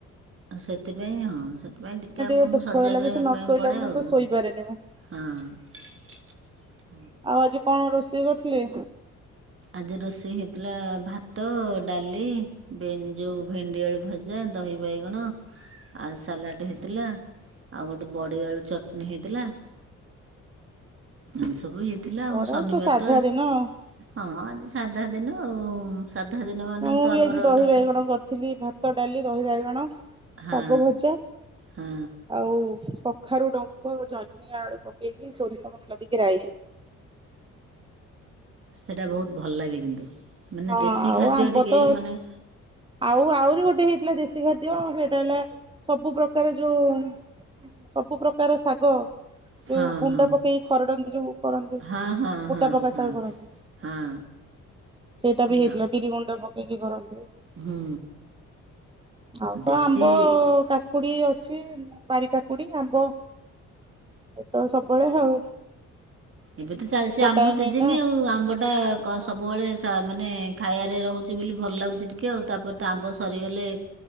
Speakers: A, on the right (about 45°); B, on the right (about 15°).
A: ସେଥିପାଇଁ ହଁ ସେଥିପାଇଁ ଟିକେ ଆପଣଙ୍କୁ
B: ଗୋଟେ
A: ସଜାଗ
B: ଭୟ ଲାଗେ
A: ରହିବା
B: ସେ ନ
A: ପାଇଁ
B: ଶୋଇଲା
A: ପଡ଼େ
B: ପର୍ଯ୍ୟନ୍ତ
A: ଆଉ
B: ଶୋଇପାରେନି ମୁଁ।
A: ହଁ।
B: ଆଉ ଆଜି କଣ ରୋଷେଇ କରିଥିଲେ?
A: ଆଜି ରୋଷେଇ ହେଇଥିଲା ଭାତ ଡାଲି ଭେନ-ଜୁ ଭେଣ୍ଡିଆଳୁ ଭଜା ଦହି ବାଇଗଣ। ଆଉ ସାଲାଡ଼ ହେଇଥିଲା ଆଉ ଗୋଟେ ବଡିଆଳୁ ଚଟଣିୀ ହେଇଥିଲା। ଏମିତି ସବୁ ହେଇଥିଲା ଆଉ
B: ଅଡା
A: ଶନିବାର
B: ସାଧା
A: ତ
B: ଦିନ ଆଉ।
A: ହଁ ଆଜି ସାଧା ଦିନ। ଆଉ ସାଧା ଦିନ ମାନେ
B: ମୁଁ
A: ତ
B: ବି
A: ଆମର
B: ଆଜି ଦହି
A: ଟୋଟାଲ
B: ବାଇଗଣ କରିଥିଲି ଭାତ ଡାଲି। ଦହି ବାଇଗଣ
A: ହଁ
B: ଶାଗ ଭଜା
A: ହଁ
B: ଆଉ କଖାରୁ ଡଙ୍କ ଜହ୍ନିଆ ଆଳୁ ପକେଇକି ସୋରିଷ ମସଲା ଦେଇକି ରାଇ।
A: ସେଇଟା ବହୁତ ଭଲ ଲାଗେ କିନ୍ତୁ। ମାନେ
B: ହଁ
A: ଦେଶୀ
B: ଆଉ
A: ଖାଦ୍ୟ
B: ଆମ୍ବ
A: ଟିକେ
B: ତ ଅଛି।
A: ମାନେ।
B: ଆଉ ଆହୁରି ଗୋଟେ ହେଇଥିଲା ଦେଶୀ ଖାଦ୍ୟ ସେଇଟା ହେଲା ସବୁ ପ୍ରକାର ଯୋଉ ସବୁ ପ୍ରକାର ଶାଗ। ଯୋଉ
A: ହଁ
B: ଗୁଣ୍ଡା
A: ହଁ
B: ପକେଇକି ଖରଡନ୍ତି ଯୋଉ କରନ୍ତି
A: ହଁ ହଁ
B: ଗୁଣ୍ଡା ପକା
A: ହଁ
B: ସ କରନ୍ତି
A: ହଁ
B: ସେଇଟା
A: ହଁ
B: ବି ହେଇଥିଲା ବିରି ଗୁଣ୍ଡା ପକେଇ। ହେକି କରନ୍ତି।
A: ହୁଁ
B: ଆଉ ତ
A: ଦେଶୀ
B: ଆମ୍ବ କା। କାକୁଡି ଅଛି ବାରି କାକୁଡି ଆମ୍ବ ଏତ ସବୁବେଳେ ଆଉ।
A: ଏବେ ତ ଚାଲିଛି ଆମ୍ବ
B: ଟାଇମ
A: ସିଜିନି
B: ଏଇଟା
A: ଆଉ ଆମ୍ବ ଟା
B: ହଁ
A: ସବୁବେଳେ। ମାନେ ଖାଇବାରେ ରହୁଛି ବୋଲି ଭଲ ଲାଗୁଛି ଟିକେ ଆଉ ତାପରେ ତ ଆମ୍ବ ସରିଗଲେ